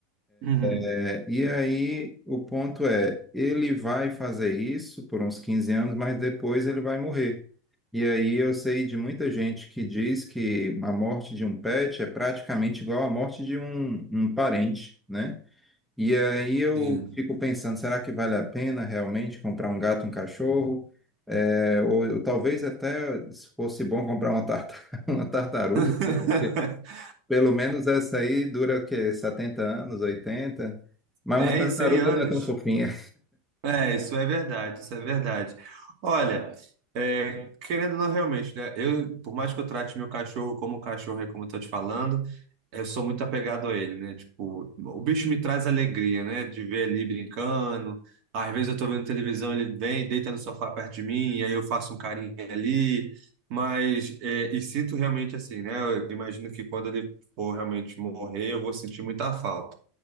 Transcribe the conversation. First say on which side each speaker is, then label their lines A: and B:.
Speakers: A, on the right (about 50°); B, in the centre.
A: Uhum,
B: É, e aí o ponto é, ele vai fazer isso por uns 15 anos, mas depois ele vai morrer. E aí eu sei de muita gente que diz que a morte de um pet é praticamente igual à morte de um, um parente, né? E aí eu
A: sim.
B: fico pensando, será que vale a pena realmente comprar um gato, um cachorro? É, ou, ou talvez até se fosse bom comprar uma, tarta- <laughs> uma tartaruga,
A: <laughs>
B: né? Porque pelo menos essa aí dura o quê? 70 anos, oitenta Mas
A: Tem
B: uma tartaruga
A: 100 anos.
B: não é tão fofinha.
A: É, isso é verdade, isso é verdade. Olha, é, querendo ou não realmente, né? Eu, por mais que eu trate meu cachorro como cachorro, é como eu tô te falando, eu sou muito apegado a ele, né? Tipo, o bicho me traz alegria, né? De ver ele brincando. Às vezes eu tô vendo televisão, ele vem, deita no sofá perto de mim, e aí eu faço um carinho ali. Mas, é, e sinto realmente assim, né? Eu imagino que quando ele for realmente morrer, eu vou sentir muita falta.